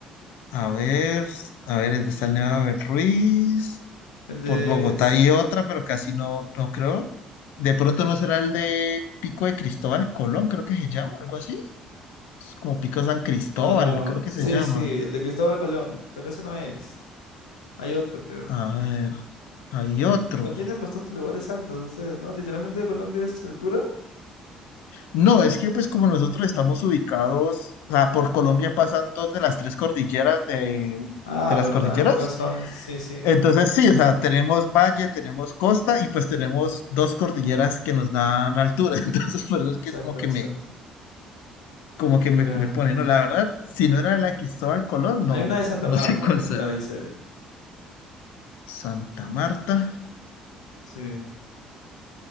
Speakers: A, on the left (about 70°); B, on the left (about 85°).
A: A ver, a ver, el de Stanley Abel Ruiz.
B: El de...
A: Por Bogotá
B: s-
A: hay otra, pero casi no, no creo. De pronto no será el de Pico de Cristóbal Colón, creo que se llama, algo así. Es como Pico San Cristóbal,
B: No, no,
A: creo que
B: sí,
A: se llama.
B: sí, el de Cristóbal Colón, pero ese no es. Hay otro, creo.
A: A ver, hay otro.
B: Pero tienen bastantes lugares altos ustedes, ¿no? Literalmente Colombia es altura.
A: No, es que pues como nosotros estamos ubicados, o sea, por Colombia pasan dos de las tres cordilleras de,
B: Ah,
A: de las
B: verdad,
A: cordilleras.
B: con razón, es- sí, sí.
A: Entonces sí, o sea, tenemos valle, tenemos costa y pues tenemos dos cordilleras que nos dan altura. <laughs> Entonces por eso es
B: Exacto,
A: que como que
B: exacto.
A: me, como que me,
B: Claro.
A: me pone, no, la verdad, si no era la de Cristóbal Colón, no,
B: Hay una de Santa
A: no
B: Marta,
A: sé cuál
B: que
A: sea.
B: está, dice.
A: Santa Marta,
B: Sí.